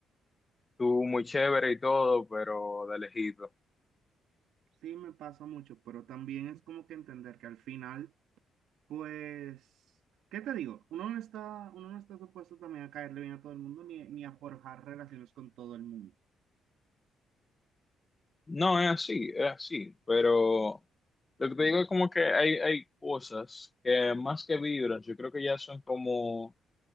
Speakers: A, on the left; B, on the right.
A: tú muy chévere y todo, pero de lejito.
B: Sí, me pasa mucho, pero también es como que entender que al final... Pues, ¿qué te digo? Uno no está, uno no está supuesto también a caerle bien a todo el mundo ni, ni a forjar relaciones con todo el mundo.
A: No, es así, es así, pero lo que te digo es como que hay, hay cosas que más que vibras, yo creo que ya son como